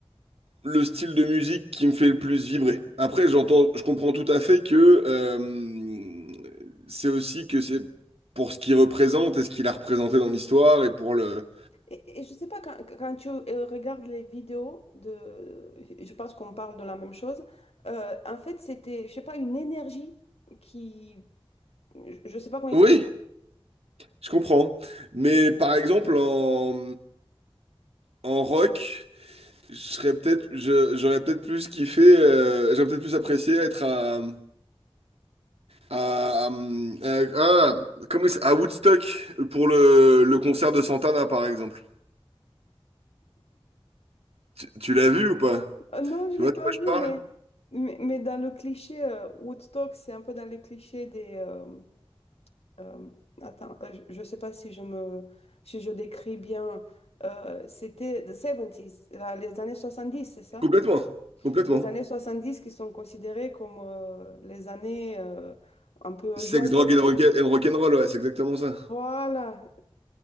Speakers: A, on the right (about 75°); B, on the left (about 80°).
A: le style de musique qui me fait le plus vibrer. Après, j'entends, je comprends tout à fait que euh, c'est aussi que c'est pour ce qu'il représente et ce qu'il a représenté dans l'histoire et pour le.
B: Et, et je sais pas, quand, quand tu euh, regardes les vidéos de, je pense qu'on parle de la même chose. Euh, en fait, c'était, je sais pas, une énergie qui, je, je sais pas comment
A: Oui,
B: expliquer.
A: je comprends. Mais par exemple, en, en rock, je serais peut-être, je- j'aurais peut-être plus kiffé, euh, j'aurais peut-être plus apprécié être à À, euh, ah, comment il s- à Woodstock pour le, le concert de Santana par exemple. Tu, tu l'as vu ou pas?
B: Euh, non, je
A: Tu
B: l'ai
A: vois
B: pas
A: de quoi
B: vu,
A: je parle?
B: mais, mais, mais dans le cliché euh, Woodstock, c'est un peu dans les clichés des. euh, euh, attends, euh, je, je sais pas si je me, si je décris bien. Euh, c'était the 70s, la- les années 70, c'est ça?
A: Complètement, complètement.
B: les années 70 qui sont considérées comme euh, les années euh, un peu
A: Sex,
B: joyeuses.
A: drogue and rock- and rock'n'roll, ouais, c'est exactement ça.
B: Voilà.